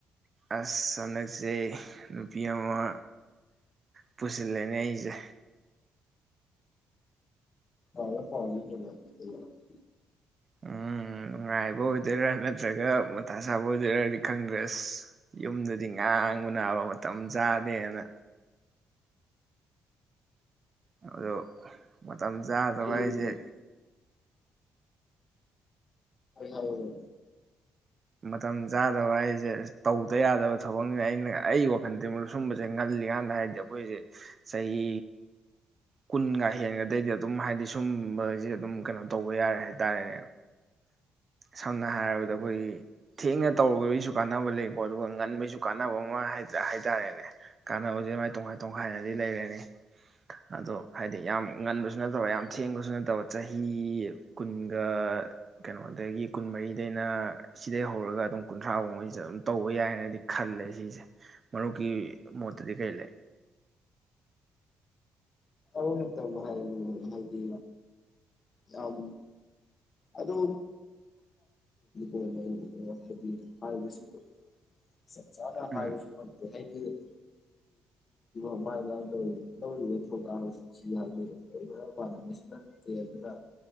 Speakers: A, on the right (about 30°); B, on the left (about 35°).
A: ꯑꯁ ꯍꯟꯗꯛꯁꯦ ꯅꯨꯄꯤ ꯑꯃ ꯄꯨꯁꯤꯜꯂꯦꯅꯦ ꯑꯩꯁꯦ
B: ꯍ ꯐꯥꯎꯝ <unintelligible> <inaudible>
A: ꯎꯝ ꯅꯨꯡꯉꯥꯏꯕ ꯑꯣꯏꯗꯣꯏꯔꯥ ꯅꯠꯇ꯭ꯔꯒ ꯃꯊꯥ ꯁꯥꯕ ꯑꯣꯏꯗꯣꯏꯔꯗꯤ ꯈꯪꯗ꯭ꯔꯦ ꯑꯁ ꯌꯨꯝꯗꯗꯤ ꯉꯥꯡꯕꯅꯥꯕ ꯃꯇꯝ ꯆꯥꯗꯦꯅ ꯑꯗꯣ ꯃ ꯇꯝꯆꯥꯗꯕ
B: ꯑꯩ
A: ꯍꯥꯏꯁꯦ
B: ꯍ ꯍꯥꯎ <inaudible>
A: ꯃꯇꯝ ꯆꯥꯗꯕ ꯍꯥꯏꯁꯦ ꯇꯧꯗ ꯌꯥꯗꯕ ꯊꯕꯛꯅꯤ ꯑꯩꯅ ꯑꯩ ꯋꯥꯈꯟꯗ ꯃꯔꯨꯞ ꯁꯨꯝꯕꯁꯦ ꯉꯜꯂꯤꯀꯥꯟꯗ ꯍꯥꯏꯗꯤ ꯑꯩꯈꯣꯏꯁꯦ ꯆꯍꯤ ꯀꯨꯟꯒ ꯍꯦꯟꯒꯗꯩꯗꯤ ꯑꯗꯨꯝ ꯍꯥꯏꯕꯗꯤ ꯁꯨꯝꯕꯁꯦ ꯑꯗꯨꯝ ꯀꯩꯅꯣ ꯇꯧꯕ ꯌꯥꯔꯦ ꯍꯥꯏꯇꯥꯔꯦꯅꯦ ꯁꯝꯅ ꯍꯥꯏꯔꯕꯗ ꯑꯩꯈꯣꯏꯒꯤ ꯊꯦꯡꯅ ꯇꯧꯔꯨꯕꯒꯤꯁꯨ ꯀꯥꯟꯅꯕ ꯂꯩꯀꯣ ꯑꯗꯨꯒ ꯉꯟꯕꯩꯁꯨ ꯀꯥꯟꯅꯕ ꯑꯃ ꯍꯥꯏ ꯇꯥꯔꯦꯅꯦ ꯀꯥꯟꯅꯕꯁꯦ ꯃꯥꯏ ꯇꯣꯈꯥꯏ ꯇꯣꯡꯈꯥꯏꯅꯗꯤ ꯂꯩꯔꯅꯤ ꯑꯗꯣ ꯍꯥꯏꯗꯤ ꯌꯥꯝ ꯉꯟꯕꯁꯨ ꯅꯠꯇꯕ ꯌꯥꯝ ꯊꯦꯡꯕꯁꯨ ꯅꯠꯇꯕ ꯆꯍꯤ ꯀꯨꯟꯒ ꯀꯩꯅꯣꯗꯒꯤ ꯀꯨꯟꯃꯔꯤꯗꯩꯅ ꯁꯤꯗꯩꯩ ꯍꯧꯔꯒ ꯑꯗꯨꯝ ꯀꯨꯟꯊ꯭ꯔꯥꯐꯥꯎꯃꯩꯗꯤꯑꯗꯨꯝ ꯇꯧꯕ ꯌꯥꯏꯑꯅꯗꯤ ꯈꯜꯂꯦ ꯁꯤꯁꯦ ꯃꯔꯨꯞꯀꯤ ꯃꯣꯠꯇꯗꯤ ꯀꯔꯤ ꯂꯩ
B: ꯑꯗꯨ ꯍꯥꯏ ꯍꯥꯏꯗꯤ ꯌꯥꯝ ꯑꯗꯨ ꯌꯥꯝꯅ ꯍꯥꯏꯗꯤ ꯍꯥꯏ <inaudible> ꯆꯞ ꯆꯥꯅ ꯍꯥꯏꯕꯁꯨ
A: ꯎꯝ
B: ꯉꯝꯗꯦ ꯍꯥꯏꯗꯤ ꯎꯝꯥꯏ ꯂꯗ <inaudible> ꯂꯧꯔꯤꯕ ꯊꯧꯗꯥꯡꯁꯤ ꯌꯥꯎꯗꯤ ꯂꯩꯅ ꯃꯥꯟꯅꯕꯁꯨ ꯅꯠꯇꯦ ꯑꯗꯨꯅ